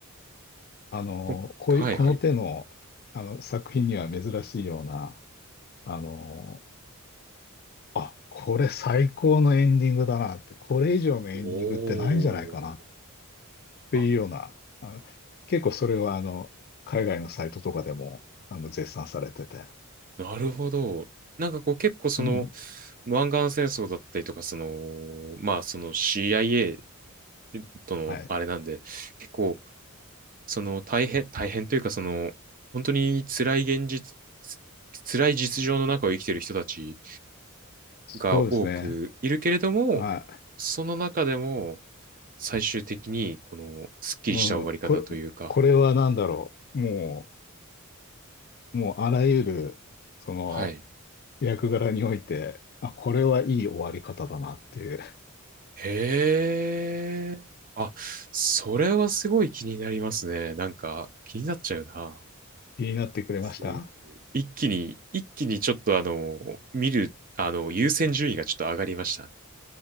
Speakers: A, on the left; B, on the right.
A: あの、
B: こはいはい。
A: こういう、この手の、あの作品には珍しいような、あの、あ、これ最高のエンディングだなって、これ以上のエンディングってないんじゃないかなっ
B: おお。
A: ていうような、
B: あ、
A: あの結構それはあの、海外のサイトとかでもあの絶賛されてて、
B: なるほど。なんかこう結構その、
A: うん、
B: 湾岸戦争だったりとか、その、まあその CIA とのあれなんで、
A: はい。
B: 結構その大変、大変というかその、本当に辛い現実、辛い実情の中を生きてる人たちが多くいるけれども、
A: そうですね。は
B: その中でも最終的にこのスッキリした終わり方というか、
A: い。うん。これ、これは何だろう。もう、もうあらゆる、その、
B: はい。
A: 役柄において、あ、これはいい終わり方だなっていう。
B: へえ。あ、それはすごい気になりますね。なんか、気になっちゃうな。
A: 気になってくれました
B: すごい一気に、一気にちょっとあの、見る、あの、優先順位がちょっと上がりました。